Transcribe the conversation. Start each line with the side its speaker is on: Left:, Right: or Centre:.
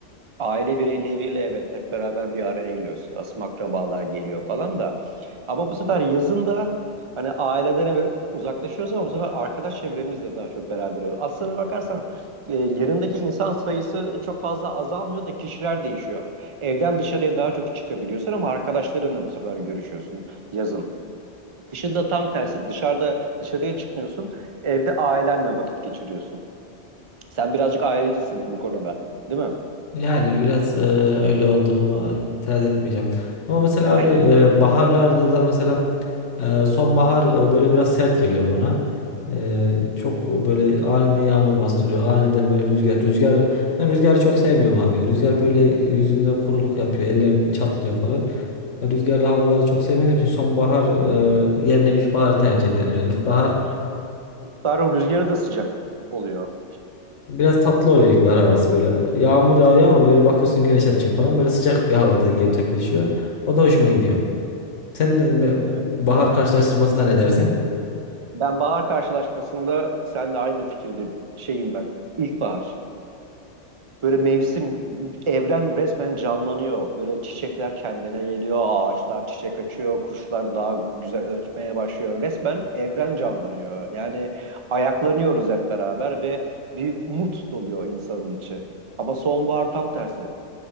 Right: Aile bireyleriyle evet hep beraber bir araya geliyoruz. Asım akrabalar geliyor falan da. Ama bu sefer yazın da hani aileden eve uzaklaşıyoruz ama bu sefer arkadaş çevremizle daha çok beraber oluyoruz. Aslına bakarsan e, yanındaki insan sayısı çok fazla azalmıyor da kişiler değişiyor. Evden dışarıya daha çok çıkabiliyorsun ama arkadaşlarınla bu sefer görüşüyorsun yazın. Kışın da tam tersi. Dışarıda dışarıya çıkmıyorsun. Evde ailenle vakit geçiriyorsun. Sen birazcık ailecisin bu konuda, değil mi?
Left: Yani biraz e, öyle olduğumu itiraz etmeyeceğim. Ama mesela abi
Right: Evet.
Left: e,
Right: <laughs>
Left: baharlarda da mesela e, sonbahar e, böyle biraz sert geliyor bana. E, çok böyle aniden yağmur bastırıyor. Aniden böyle rüzgar. Rüzgar ben rüzgarı çok sevmiyorum abi. ya. Rüzgar böyle yüzümde kuruluk yapıyor. Ellerim çatlıyor falan. Ya Rüzgarlı
Right: Evet
Left: havaları
Right: ya.
Left: çok sevmediğim için sonbahar e, yerine ilkbaharı tercih ederim. Yani ilkbahar
Right: İlkbaharın rüzgarı da sıcak oluyor.
Left: Biraz tatlı oluyor ilkbahar havası böyle. Yağmur yağıyor ama böyle bakıyorsun güneş açıyor falan. Böyle sıcak bir havada gerçekleşiyor. O da hoşuma gidiyor. Sen me-
Right: Evet.
Left: bahar karşılaştırmasına ne dersin?
Right: Ben bahar karşılaşmasında seninle aynı fikirde şeyim ben. İlkbahar. Böyle mevsim, evren resmen canlanıyor. Böyle çiçekler kendine geliyor, ağaçlar çiçek açıyor, kuşlar daha güzel ötmeye başlıyor. Resmen evren canlanıyor. Yani ayaklanıyoruz hep beraber ve bir umut doluyor insanın içi. Ama sonbahar tam tersi.